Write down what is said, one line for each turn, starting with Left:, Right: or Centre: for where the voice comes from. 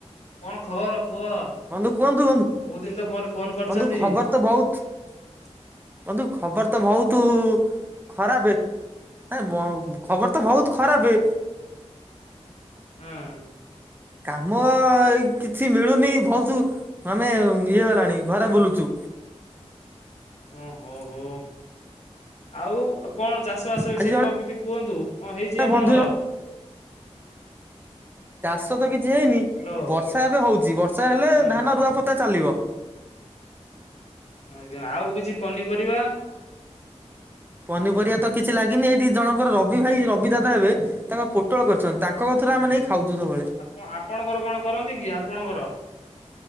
Left: କଣ ଖବର। ପୁଅ
Right: ବନ୍ଧୁ କୁହନ୍ତୁ ବନ୍ଧୁ।
Left: ବହୁତ ଦିନ ତ ପରେ ଫୋନ୍ କରିଛନ୍ତି।
Right: ବନ୍ଧୁ ଖବର ତ ବହୁତ
Left: <unintelligible>
Right: ବନ୍ଧୁ ଖବର ତ ବହୁତ ଖରାପେ <unintelligible> ଖବର ତ ବହୁତ ଖରାପେ।
Left: ହୁଁ
Right: କାମ କିଛି ମିଳୁନି ବହୁତ ଆମେ ଇଏ ହେଲାଣି ଘରେ ବୁଲୁଛୁ।
Left: <inaudible> ଓ ହୋ ହୋ ଆଉ କଣ ଚାଷ ବାସ ବିଷୟରେ
Right: ଆଜି ଜଣେ
Left: କଣ କିଛି କୁହନ୍ତୁ। କଣ ହେଇଛି ଆପଣଙ୍କର?
Right: ବନ୍ଧୁ ଜଣେ ଚାଷ ତ କିଛି ହେଇନି
Left: ହ୍ୟାଲୋ
Right: ବର୍ଷା ଏବେ ହଉଛି ବର୍ଷା ହେଲେ
Left: ହୁଁ
Right: ଧାନ ରୁଆ ପୋତା ଚାଲିବ।
Left: ଆଜ୍ଞା, ଆଉ କିଛି ପନିପରିବା?
Right: ପନିପରିବା ତ କିଛି ଲାଗିନି। ଏଇଠି, ଜଣଙ୍କର ରବି ଭାଇ ରବି ଦାଦା ହେବେ ତାଙ୍କର ପୋଟଳ କରିଛନ୍ତି। ତାଙ୍କ କତୁରୁ
Left: ହୁଁ,
Right: ଆମେ ନେଇ ଖାଉଛୁ ସବୁବେଳେ।
Left: ଆପଣ ଆପଣଙ୍କର କଣ କରନ୍ତି କି! ଆପଣଙ୍କର